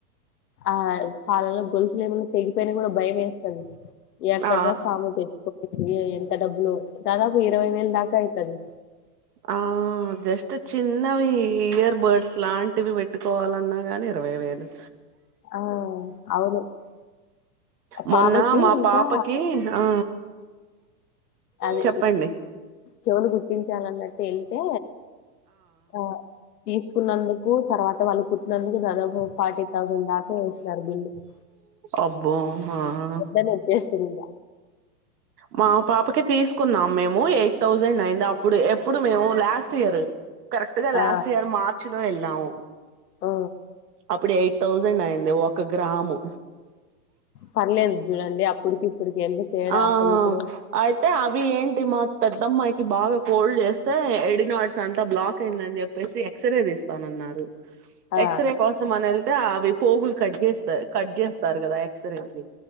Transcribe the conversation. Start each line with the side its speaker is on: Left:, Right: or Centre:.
Left: ఆ కాలలో గొలుసులు ఏమన్నా తెగిపోయినా కూడా భయం వేస్తుంది ఎక్కడన్నా
Right: ఆ
Left: సామ ద ఏయ ఎంత డబ్బులు దాదాపు ఇరవై వేలు దాకా అవుతుది
Right: ఆ జస్ట్ చిన్నవి ఇయర్ బర్డ్స్ లాంటివి పెట్టుకోవాలన్నా ని ఇమేవేను
Left: ఆ అవును
Right: మొన్న
Left: పాపకి
Right: మా
Left: ఇంకా
Right: పాపకి ఆ
Left: అది
Right: చెప్పండి
Left: చెవులు గుర్తించాను అన్నట్టు వెళ్తే ఆ తీసుకున్నందుకు తర్వాత వాళ్ళు కు నందుకు ఫార్టీ థౌసండ్ దాకా జర్ పెద్దనే
Right: అబ్బో ఆ
Left: వచ్చేస్తుంద
Right: మా పాపకి తీసుకున్నాం మేము ఎయిట్ థౌసండ్ అయింది అప్పుడు ఎప్పుడు మేము లాస్ట్ ఇయర్ కరెక్ట్గా లాస్ట్
Left: ఆ
Right: ఇయర్ మార్చ లో ఎలా ఉ
Left: ఆ
Right: అప్పుడు ఎయిట్ థౌజండ్ అయింది ఒక గ్రాము
Left: పర్లేదు చూడండి అప్పుడుకి ఇప్పుడుకి ఎంత తేడా
Right: ఆ
Left: అసలు ఇప్పుడు
Right: అయితే అవి ఏంటి మా పెద్దమ్మాయి కి బాగా కోల్డ్ చేస్తే ఎడినాయిడ్స్ అంతా బ్లాక్ అయిందని చెప్పేసి ఎక్స్రే తీస్తానన్నారు
Left: ఆ
Right: ఎక్సరే కోసం అని ఎల్ తే అవి పోగులు కట్ చేస్తా కట్ చేస్తారు కదా ఎక్సరె కి